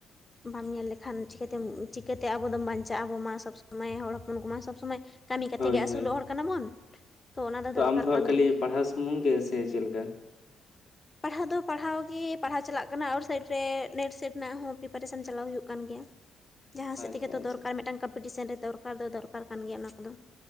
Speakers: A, on the left; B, on the left.
A: ᱵᱟᱢ ᱧᱮᱞ ᱞᱮᱠᱷᱟᱱ ᱪᱤᱠᱟᱹᱛᱮᱢ ᱪᱤᱠᱟᱹᱛᱮ ᱟᱵᱚ ᱫᱚᱢ ᱵᱟᱧᱪᱟᱜᱼᱟ ᱟᱵᱚᱱ ᱢᱟ ᱥᱚᱵᱽ ᱥᱚᱢᱚᱭ ᱦᱚᱲ ᱦᱚᱯᱚᱱ ᱠᱚᱢᱟ ᱥᱚᱵᱽ ᱥᱚᱢᱚᱭ ᱠᱟᱹᱢᱤ ᱠᱟᱛᱮ
B: ᱦᱳᱭ
A: ᱜᱮ ᱟᱹᱥᱩᱞᱚᱜ
B: ᱦᱳᱭ
A: ᱦᱚᱲ ᱠᱟᱱᱟ ᱵᱚᱱ ᱚᱱᱟ
B: ᱛᱚ
A: ᱫᱚᱨᱠᱟᱨ
B: ᱟᱢ ᱫᱚ ᱦᱟᱸᱜ
A: ᱠᱟᱱ
B: ᱠᱷᱟᱹᱞᱤ
A: ᱜᱮᱭᱟ
B: ᱯᱟᱲᱦᱟᱣ ᱥᱩᱢᱩᱝ ᱜᱮ ᱥᱮ ᱪᱮᱫ ᱞᱮᱠᱟ
A: ᱯᱟᱲᱦᱟᱣ ᱫᱚ ᱯᱟᱲᱦᱟᱣ ᱜᱮ ᱯᱟᱲᱦᱟᱣ ᱪᱟᱞᱟᱜ ᱠᱟᱱᱟ ᱟᱣᱩᱴ ᱥᱟᱭᱤᱰ ᱨᱮ ᱱᱮᱴ ᱥᱮᱴ ᱨᱮᱱᱟᱜ ᱦᱚᱸ ᱯᱨᱤᱯᱟᱨᱮᱥᱚᱱ ᱪᱟᱞᱟᱣ ᱦᱩᱭᱩᱜ ᱠᱟᱱ ᱜᱮᱭᱟ
B: <inaudible>
A: ᱡᱟᱦᱟᱸ ᱥᱮᱫ
B: ᱟᱪᱪᱷᱟ
A: ᱛᱮᱜᱮ ᱛᱚ
B: ᱟᱪᱪᱷᱟ
A: ᱫᱚᱨᱠᱟᱨ ᱢᱤᱫᱴᱟᱝ ᱠᱚᱢᱯᱤᱴᱤᱥᱟᱱ ᱨᱮ ᱫᱚᱨᱠᱟᱨ ᱫᱚ ᱫᱚᱨᱠᱟᱨ ᱠᱟᱱ ᱜᱮᱭᱟ ᱚᱱᱟ ᱠᱚᱫᱚ